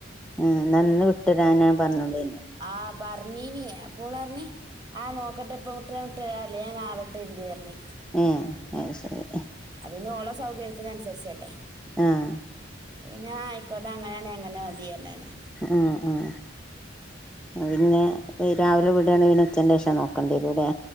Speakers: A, in the centre; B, on the right.
A: ഉം ഞാന്ന് വിട്ടരനാ പറഞ്ടായിന്ന്
B: ആ പർഞ്ഞീനി അപ്പോളർഞ്ഞി ആ നോക്കട്ടെ ഇപ്പവിട്ടരാട്ട് അല്ലേ ഞാ നാളട്ടെര്ണ്ട് അർഞ്ഞി
A: ഉം അത് ശെരി
B: അപ്പൊ പിന്നെ ഓളെ സൗകര്യത്തിന ൻസരിച്ചല്ലേ
A: ആഹ്
B: അപ്പൊ പിന്നെ ആ ആയിക്കോട്ടെ അങ്ങനെണ് അങ്ങനെ മതിഅർഞ്ഞി ഞാന്
A: ആഹ് ആഹ് അത് പിന്നെ ഹ് രാവിലെ വിടാണ് പിന്നെ ഉച്ചന്റെഷം നോക്കണ്ടേരൂലേ